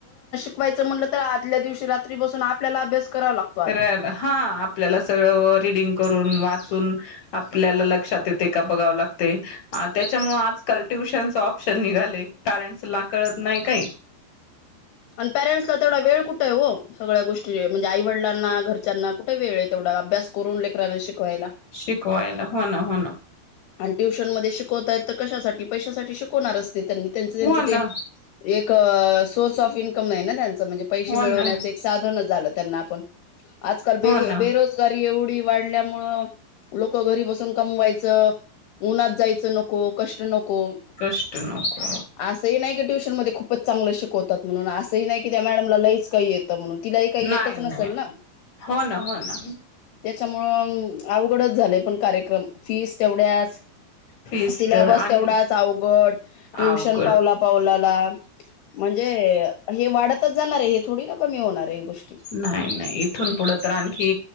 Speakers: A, on the left (about 70°); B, on the left (about 40°).
A: शिकवायच म्हटलं तर आदल्या दिवशी रात्री बसून आपल्याला अभ्यास करावा लागतो आधी
B: करायला हा आपल्याला सगळं रीडिंग करून वाचून आपल्याला लक्षात येते का बघावं लागते. त्याच्यामुळे आजकाल ट्युशनच ऑप्शन निघाले पॅरेंट्स ला कळत नाही काही
A: आणि पॅरेंट्सला तेवढा वेळ कुठे आहे हो सगळ्या गोष्टी म्हणजे आईवडला घरच्यांना कुठे वेळ आहे तेवढा अभ्यास करून लेकरराना शिकवायला.
B: शिकवायला हो ना हो ना
A: आणि ट्युशन मध्ये शिकवताय तर कशासाठी पैशासाठी शिकवणारच त्यांच त्यांच
B: हो ना
A: ते एक सोर्स ऑफ इन्कम नाही ना त्यां म्हणजे पैसे
B: हो
A: मिळवण्याधन
B: ना
A: झाल त्यांना आपण आज काल
B: हो ना
A: बेरोजगारी एवढी वाढल्यामुळ लोक घरी बसून कमवायचं उन्हात जायचं नको कष्ट नको.
B: कष्ट नको
A: असंही नाही की ट्यूशनध्ये खूपच चांगल शिकव तात म्हणून असंही नाही की त्या मॅडमला लईच काही येतं म्हणून तिलाही काही
B: नाही
A: येतच नसेल
B: नाही
A: ना
B: हो ना हो ना
A: त्यामुळ अवघडच झालं पण कार्यक्रम फीस तेवढ्याच
B: फीस
A: सिल्याबस
B: तेवढ आणि
A: तेवढाच अवघड ट्युशन
B: अवघड
A: पावला पावलाला म्हणजे हे वाढतच जाणार आहे हे थोडी ना कमी होणार आहे. गोष्टी
B: नाही नाही इथून पुढं तर आणखी